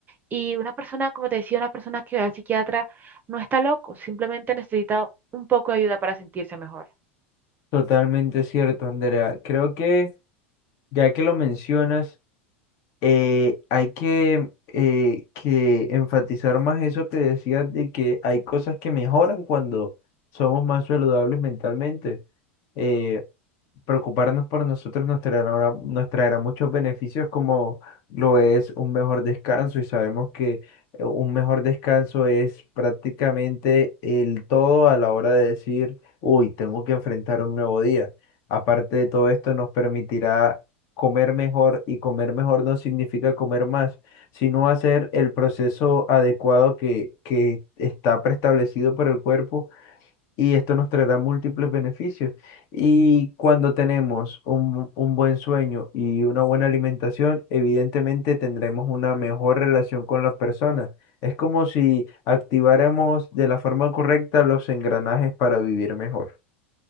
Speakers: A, on the right (about 25°); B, on the left (about 50°).
A: y una persona, como te decía, una persona que va al psiquiatra no está loco, simplemente necesita un poco de ayuda para sentirse mejor.
B: Totalmente cierto, Andrea. Creo que ya que lo mencionas, eh, hay que, eh, que enfatizar más eso que decías de que hay cosas que mejoran cuando somos más saludables mentalmente. Eh, preocuparnos por nosotros nos traerá, nos traerá muchos beneficios como lo es un mejor descanso y sabemos que eh, un mejor descanso es prácticamente el todo a la hora de decir, uy, tengo que enfrentar un nuevo día. Aparte de todo esto, nos permitirá comer mejor y comer mejor no significa comer más, sino hacer el proceso adecuado que, que está preestablecido por el cuerpo y esto nos traerá múltiples beneficios. Y cuando tenemos un, un buen sueño y una buena alimentación, evidentemente tendremos una mejor relación con las personas. Es como si activáramos de la forma correcta los engranajes para vivir mejor.